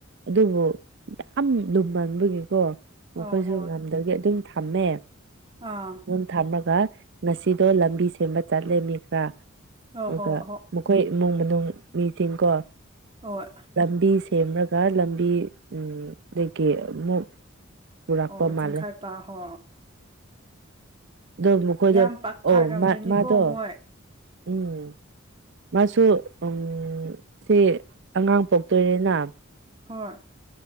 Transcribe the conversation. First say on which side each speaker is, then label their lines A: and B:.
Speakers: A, on the right; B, on the right.
A: ꯑꯗꯨꯕꯨ ꯌꯥꯝ ꯂꯨꯝꯃꯟꯕꯒꯤꯀꯣ ꯃꯈꯣꯏꯁꯨ
B: ꯑꯣ ꯍꯣꯏ
A: ꯉꯝꯗꯒꯤ ꯑꯗꯨꯝ ꯊꯝꯃꯦ
B: ꯑꯥ
A: ꯑꯗꯨꯝ ꯊꯝꯔꯒ ꯉꯁꯤꯗꯣ ꯂꯝꯕꯤ ꯁꯦꯝꯕ ꯆꯠꯂꯦ ꯃꯤ ꯈ꯭ꯔꯥ
B: ꯑꯣ
A: ꯑꯗꯨꯒ
B: ꯍꯣ ꯍꯣ
A: ꯃꯈꯣꯏ ꯏꯃꯨꯡ ꯃꯅꯨꯡ ꯃꯤꯇꯤꯡꯀꯣ
B: ꯍꯣꯏ
A: ꯂꯝꯕꯤ ꯁꯦꯝꯔꯒ ꯂꯝꯕꯤ ꯎꯝ ꯗꯥꯒꯤ ꯑꯃꯨꯛ ꯄꯨꯔꯛꯄ
B: ꯑꯣ
A: ꯃꯥꯜꯂꯦ
B: ꯆꯤꯡꯈꯥꯠꯄ ꯍꯣ
A: ꯑꯗꯨ ꯃꯈꯣꯏꯗꯣ
B: ꯌꯥꯝ ꯄꯥꯈꯠꯔꯝꯒꯅꯤꯀꯣ
A: ꯑꯣ ꯃꯥ ꯃꯥꯗꯣ
B: ꯃꯣꯏ
A: ꯎꯝ ꯃꯥꯁꯨ ꯎꯝ ꯁꯤ ꯑꯉꯥꯡ ꯄꯣꯛꯇꯣꯔꯦꯅ
B: ꯍꯣꯏ